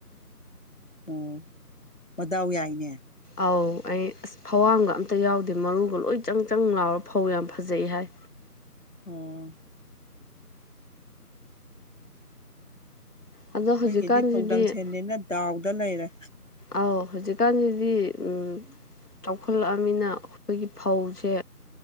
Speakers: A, on the left (about 50°); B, on the left (about 70°).
A: ꯑꯣ ꯃꯗꯥꯎ ꯌꯥꯏꯅꯦ
B: ꯑꯧ ꯑꯩ ꯑꯁ ꯐꯋꯥꯝꯒ ꯑꯝꯇ ꯌꯥꯎꯗꯦ ꯃꯔꯨꯒ ꯂꯣꯏ ꯆꯪ ꯆꯪ ꯂꯥꯎꯔꯥ ꯐꯧ ꯌꯥꯝ ꯐꯖꯩ ꯍꯥꯏ
A: ꯑꯣ
B: ꯑꯗꯣ
A: ꯑꯩꯈꯣꯏꯒꯤꯗꯤ
B: ꯍꯧꯖꯤꯛꯀꯥꯟꯁꯤꯗꯤ
A: ꯐꯧꯗꯝ ꯁꯦꯟꯅꯤꯅ ꯗꯥꯎꯗ ꯂꯩꯔꯦ
B: ꯑꯥꯎ ꯍꯧꯖꯤꯛꯀꯥꯟꯁꯤꯗꯤ ꯎꯝ ꯆꯥꯎꯈꯠꯂꯛ ꯑꯝꯅꯤꯅ ꯑꯩꯈꯣꯏꯒꯤ ꯐꯧꯁꯦ